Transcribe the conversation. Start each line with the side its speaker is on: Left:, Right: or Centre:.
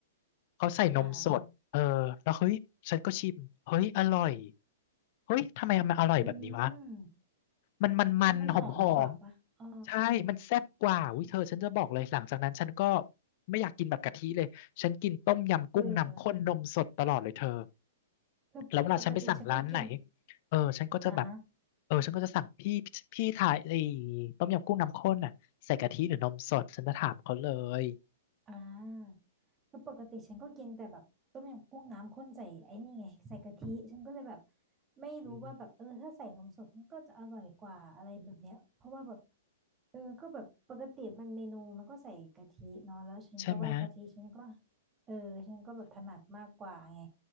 Left: เขาใส่นมสดเออแล้วเฮ้ยฉันก็ชิมเฮ้ยอร่อย
Right: อ่า
Left: เฮ้ยทำไมมันอร่อยแบบนี้วะ
Right: อืม
Left: มันมันมันหอมหอม
Right: มันหอมกว่าปะอ๋อ
Left: ใช่มันแซ่บกว่าอุ้ยเธอฉันจะบอกเลยหลังจากนั้นฉันก็ไม่อยากกินแบบกะทิเลยฉันกินต้มยำกุ้งน้ำข้นนมสดตลอดเลยเธอ
Right: เออคือปกติฉันก็กิน
Left: แล้วเวลาฉันไปสั่งร้านไหนเออฉันก็จะแบบ
Right: อ่าฮะ
Left: เออฉันก็จะสั่งพี่พี่ถ่ายไอ้ต้มยำกุ้งน้ำข้นน่ะใส่กะทิหรือนมสดฉันจะถามเขาเลย
Right: อ่าคือปกติฉันก็กินแต่แบบต้มยำกุ้งน้ำข้นใส่ไอ้นี่ไงใส่กะทิฉันก็เลยแบบไม่รู้ว่าแบบเออถ้าใส่นมสดมันก็จะอร่อยกว่าอะไรแบบเนี้ยเพราะว่าแบบ
Left: อืม
Right: เออก็แบบปกติมันเมนูมันก็ใส่กะทิเนาะแล้วฉันก็ว่ากะทิฉันก็
Left: ใช่ไหม
Right: เออฉันก็แบบถนัดมากกว่าไง